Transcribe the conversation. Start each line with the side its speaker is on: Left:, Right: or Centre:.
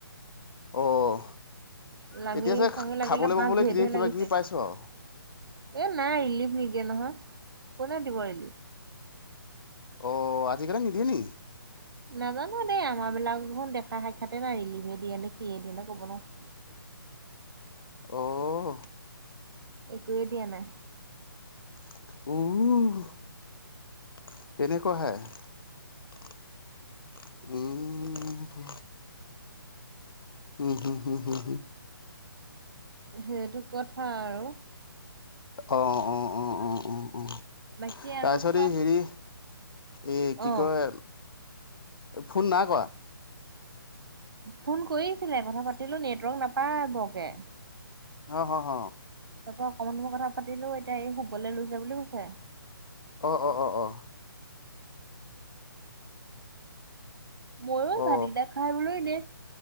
Left: অঁ।
Right: লাঙি
Left: তেতিয়া চে
Right: চাঙি লাগিলে
Left: খাবলৈ
Right: মাছ
Left: বাবলৈ
Right: ঢেৰ ঢেৰ
Left: কিবা
Right: লাগিছে
Left: কিবি পাইছো আও?
Right: এ নাই ৰিলিভ নিদিয়ে নহয়! কোনে দিব ৰিলিভ?
Left: অ আজিকালি নিদিয়ে নি?
Right: নাজানো দেই আমাৰ বিলাক দেখোন দেখা সাক্ষাতে নাই ৰিলিভে দিয়ে নে কিহে দিয়ে নে কব নোৱাও!
Left: আহ।
Right: একোৱে দিয়া নাই।
Left: <unintelligible> তেনেকুৱা হে? উম! উম উ <unintelligible> উম হুম হম হুম হুম।
Right: সেইটো কথা আৰু।
Left: অ অ অ অ অ অ অ।
Right: বাকী আৰু
Left: তাৰ পিছত
Right: চব
Left: এই হেৰি এ কি
Right: অ
Left: কয় ফোন নাই কৰা?
Right: ফোন কৰিছিলে কথা পাতিলো নেটৱৰ্ক নাপায় বৰকে।
Left: অ হ হ।
Right: মই অকমান সময়ই কথা পাতিলো এতিয়া এই শুবলৈ লৈছে বুলি কৈছে।
Left: অ অ অ অ।
Right: ময়ো
Left: অ
Right: ভাতকেইটা খাই বোলো এনে